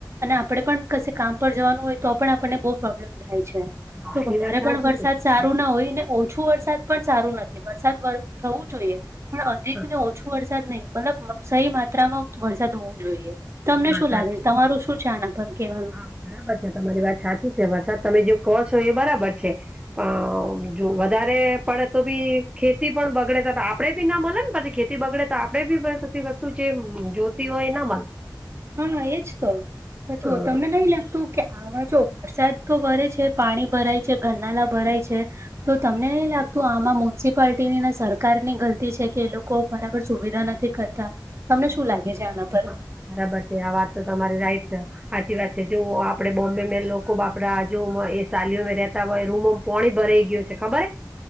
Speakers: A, on the right (about 40°); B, on the right (about 15°).
A: અને આપડે પણ કશે કામપર જવાનું હોય, તો પણ આપણને બહુ પ્રોબ્લેમ થાય છે.
B: હા
A: તો વધારે
B: એ વાત સાચી
A: પણ વરસાદ
B: છે તમારી
A: સારું ના હોય, ને ઓછું વરસાદ પણ સારું નથી વરસાદ થવું જોઈએ પણ અધિક
B: હા
A: ને ઓછું વરસાદ નહીં, મતલબ સહી માત્રામાં વરસાદ હોવો જોઈએ. તમને
B: હા
A: શું
B: સાચી
A: લાગે છે, તમારું શું છે, આના પર કેવાનું?
B: હા બરાબર છે તમારી વાત સાચી છે, વરસાદ તમે જે કહો છો, એ બરાબર છે. અ જો વધારે પડે તો બી ખેતી પણ બગડે, આપડે બી ના મળે ને પછી ખેતી બગડે તો આપડે બી <unintelligible> વસ્તુ જે જોતી હોય, ના મળે.
A: હા, એજ તો પાછું
B: હા,
A: તમને નહીં લાગતું કે આમાં જો વરસાદ તો વરે છે, પાણી ભરાય છે, ઘરનાલા ભરાય છે. તો, તમને નહીં લાગ તો આમાં મ્યુનિસિપાલટીનીને સરકારની ગલતી છે કે એ લોકો બરાબર સુવિધા નથી કરતાં. તમને
B: એ વાત
A: શું
B: સાચી
A: લાગે છે આના પર?
B: હા, બરાબર છે આ વાત તો તમારી રાઈટ છે હાચી જ વાત. જો આપડે બોમ્બે મે લોકો આપડા જો એ શાલીઓ મે રહેતા હોય રૂમોમ પોણી ભરાઈ ગયું છે ખબરે હે?